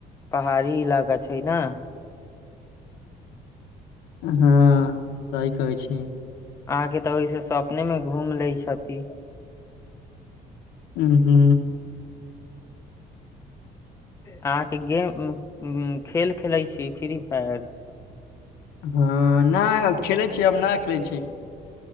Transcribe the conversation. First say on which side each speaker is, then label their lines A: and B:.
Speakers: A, on the left; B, on the left.
A: पहाड़ी इलाका छै ने
B: हँ सही कहै छी
A: अहाँके तऽ ओहिस सपने मे घूम लै छथि
B: उं हू
A: अहाँके गेम खेल खेलैत छी फ्री फायर
B: हँ नहि खेले छी आब नहि खेलैत छी